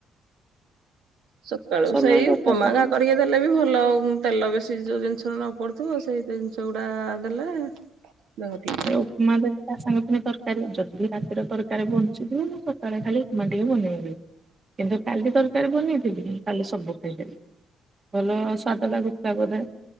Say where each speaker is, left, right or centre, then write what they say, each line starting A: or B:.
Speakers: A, on the right; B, on the right.
A: ସକାଳୁ
B: ସମୟ
A: ସେଇ
B: ଦରକାର
A: ଉପମା
B: ତାକୁ।
A: ହେକା କରିକି ଦେଲେ ବି ଭଲ ତେଲ ବେଶୀ ଯୋଉ ଜିନିଷ ନ ପଡୁଥିବ ସେଇ ଜିନିଷ ଗୁଡା ଦେଲେ <unintelligible>
B: ଏ ଉପମା ଦେବ ତା ସାଙ୍ଗ ପାଇଁ ତରକାରୀ ଯଦି ରାତିର ତରକାରୀ ବଞ୍ଚିଥିବ ମୁଁ ତଳେ ଖାଲି ଉପମା ଟିକେ ବନେଇବି କିନ୍ତୁ କାଲି ତରକାରୀ ବନେଇଥିଲି କାଲି ସବୁ ଖାଇଦେଲି। ଭଲ <unintelligible> ବୋଧେ